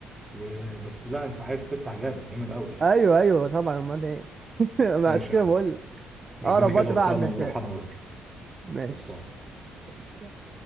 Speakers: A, on the right; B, on the right.
A: وبس لا انت عايز تفتح جامد جامد قوي
B: ايوه ايوه طبعا امال ايه <laughs> ما
A: ماشي
B: عشان كده
A: يا عم
B: بقول لك.
A: ربنا
B: اقرب
A: كده
B: وقت
A: وفقنا
B: بقى على المشاء
A: ونروح انا وانت
B: ماشي
A: خلصان
B: ماشي يا عم. هشام.